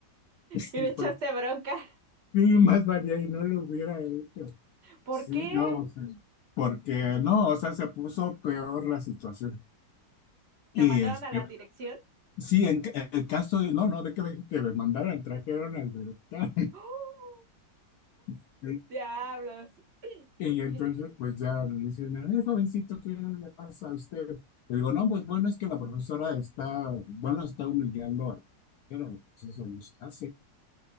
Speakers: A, on the left; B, on the right.
A: Sí.
B: Y le
A: fue
B: echaste bronca.
A: Sí, más valía y no lo hubiera hecho.
B: ¿Por
A: Sí,
B: qué?
A: no, o sea, porque no, o sea, se puso peor la situación. Y
B: ¿Te mandaron
A: este,
B: a la dirección?
A: sí, en ca- el caso de, no, no, de que me, que me mandaran, trajeron al director.
B: ¡Oh!
A: <laughs> ¿sí?
B: Diablos. <clears throat>
A: Y entonces,
B: Eh,
A: pues ya me dicen, "Ay, jovencito, ¿qué le pasa a usted? Le digo, no, pues bueno, es que la profesora está, bueno, está humillando a pero pues, eso no se hace.